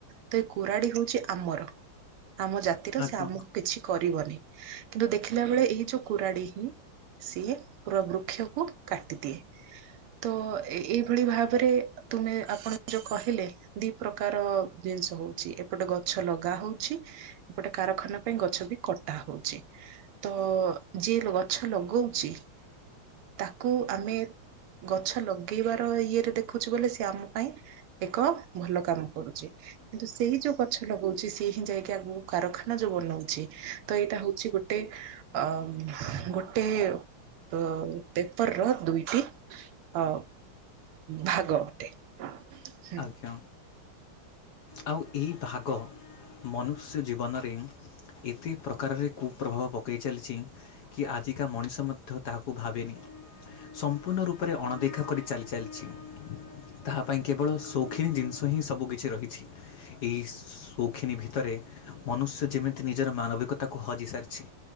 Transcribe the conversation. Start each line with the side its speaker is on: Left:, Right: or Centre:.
Right: ତ ଏଇ କୁରାଡି ହଉଛି ଆମର ଆମ ଜାତିର
Left: ଆଜ୍ଞା।
Right: ସେ ଆମକୁ କିଛି କରିବନି। କିନ୍ତୁ ଦେଖିଲା ବେଳେ ଏଇ ଯୋଉ କୁରାଡି ହିଁ ସିଏ ପୁରା ବୃକ୍ଷକୁ କାଟିଦିଏ ତ ଏଇଭଳି ଭାବରେ ତୁମେ ଆପଣ ଯୋଉ କହିଲେ? ଦି ପ୍ରକାର ଜିନିଷ ହଉଛି ଏପଟେ ଗଛ ଲଗା ହଉଛି ଏପଟେ କାରଖାନା ପାଇଁ ଗଛ ବି କଟା ହଉଛି। ତ ଯିଏ ଗଛ ଲଗଉଛି ତାକୁ ଆମେ ଗଛ ଲଗେଇବାର ଇଏରେ ଦେଖୁଛୁ ବୋଲି ସିଏ ଆମ ପାଇଁ ଏକ ଭଲ କାମ କରୁଛି। କିନ୍ତୁ ସେଇ ଯୋଉ ଗଛ ଲଗଉଛି ସିଏ ହିଁ ଯାଇକି ଆଗକୁ କାରଖାନା ଯୋଉ ବନଉଛି ତ ଏଇଟା ହଉଛି ଗୋଟେ ଅ ଗୋଟେ ଅ ପେପର ର ଦୁଇଟି ଅ ଭାଗ ଅଟେ। ହୁଁ
Left: ଆଜ୍ଞା। ଆଉ ଏହି ଭାଗ ମନୁଷ୍ୟ ଜୀବନରେ ଏତେ ପ୍ରକାରରେ କୁପ୍ରଭାବ ପକାଇ ଚାଲିଛି କି ଆଜିକା ମଣିଷ ମଧ୍ୟ ତାହାକୁ ଭାବେନି। ସମ୍ପୂର୍ଣ୍ଣ ରୂପରେ ଅଣଦେଖା କରି ଚାଲି ଚାଲିଛି ତାହା ପାଇଁ କେ କେବଳ ଶୌଖିିନୀ ଜିନିଷ ହିଁ ସବୁ କିିଛି ରହିଛି ଏହି ସୌଖିନୀ ଭିତରେ ମନୁଷ୍ୟ ଯେମିତି ନିଜର ମାନବିକତାକୁ ହଜି ସାରିଛି